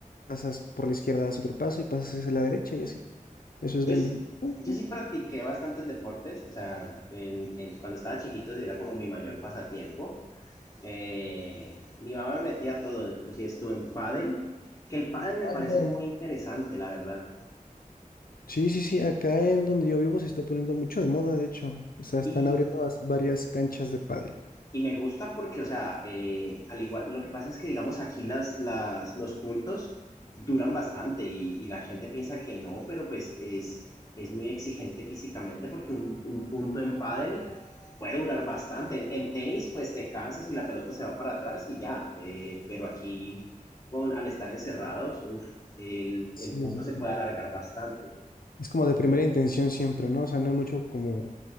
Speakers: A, on the left; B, on the left.
A: pasas por la izquierda, das otro paso y pasas hacia la derecha y así. Eso es
B: Yo,
A: bending.
B: s-
A: Ujú.
B: yo sí practiqué bastantes deportes, o sea, en, en- cuando estaba chiquito era como mi mayor pasatiempo. Eh, mi mamá me metía a todo, inclusive estuve en pádel, que el pádel me
A: Ay,
B: parece
A: qué padre.
B: muy interesante, la verdad.
A: Sí, sí, sí. Acá en donde yo vivo se está poniendo mucho de moda, de hecho. O sea, están
B: Y
A: abriendo vas- varias canchas de pádel.
B: Y me gusta porque, o sea, eh, al igual, lo que pasa es que, digamos, aquí las, las, los puntos duran bastante y, y la gente piensa que no, pero pues es, es muy exigente físicamente porque un, un punto en pádel puede durar bastante. En, en, tenis, pues te cansas y la pelota se va para atrás y ya, eh, pero aquí, con, al estar encerrados, uf, el,
A: Sí,
B: el punto
A: sí, sí.
B: se puede alargar bastante.
A: Es como de primera intención siempre, ¿no? O sea, no hay mucho como...